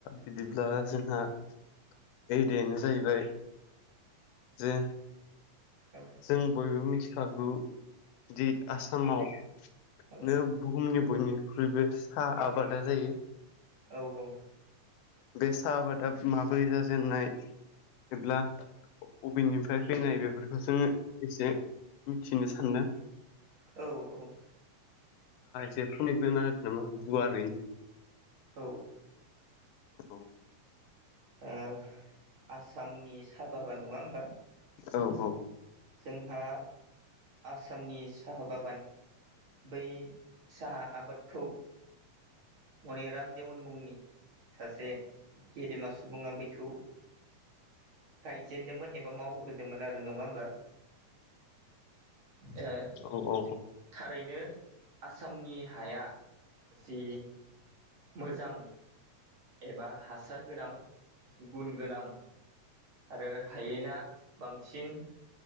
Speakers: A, on the left; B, on the right.
A: बिदिब्ला जोंहा आयदायानो जाहैबाय जे
B: औ
A: जों बयबो मिथिखागौ दि आसामाव
B: औ
A: नो बुहुमनि बयनिख्रुइबो साहा आबादा जायो
B: औ औ
A: बे साहा आबादा माबोरै जाजेननाय बेब्ला अभेननिफ्राय फैनाय बेफोरखौ जोङो एसे मिथिनो सानदों
B: औ औ
A: <unintelligible> नामा गुवारै
B: औ औ
A: औ
B: ओ आसामनि साहा बागान नङा होमबा
A: औ औ
B: जोंहा आसामनि साहा बागान बै साहा आबादखौ मने राम देवन मुंनि सासे गेदेमा सुबुङा बैखौ गायजेनदोंमोन एबा मावग्रोदोंमोन आरो नङा होमबा ओ
A: औ औ
B: थारैनो आसामनि हाया जि मोजां एबा हासार गोनां गुन गोनां आरो हायेना बांसिन